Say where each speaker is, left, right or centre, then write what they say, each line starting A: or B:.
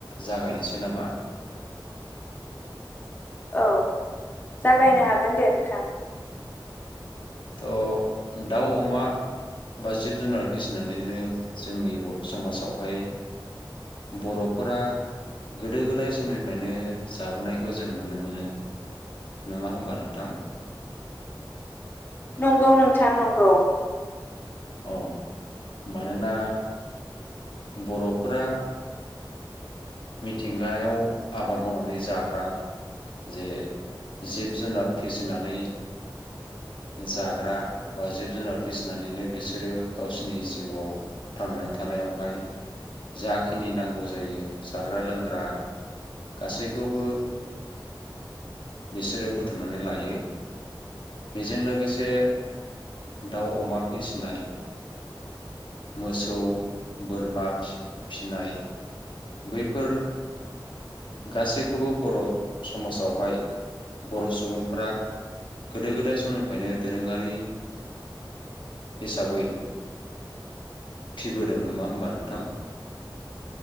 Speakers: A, on the left; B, on the left.
A: जागायनोसै नामा?
B: औ जागायनो हागोन दे नोंथां।
A: थ' दाउ अमा बा जिब जुनार फिसिनानैनो जोंनि बर' समाजावहाय बर'फोरा गोदो गोदाय समनिफ्रायनो जाबोनायखौ जों नुनो मोनो। नङा होमबा? नोंथां।
B: नंगौ नोंथां नंगौ।
A: औ, मानोना बर'फोरा मिथिंगायाव आबाद मावनानै जाग्रा जे जिब जुनार फिसिनानै जाग्रा बा जिब जुनार फिसिनानैनो बिसोरो गावसिनि जिउआव थांनानै थानायावहाय जाखिनि नांगौ जायो जाग्रा लोंग्रा गासैखौबो बिसोरो बुथुमनानै लायो। बेजों लोगोसे दाउ अमा फिसिनाय मोसौ बोरमा फि-फिनाय बैफोर गासैखौबो बर' समाजावहाय बर' सुबुंफ्रा गोदो गोदाय स समनिफ्रायनो दोरोङारि हिसाबै फिबोदों नङा होमबा नोंथां?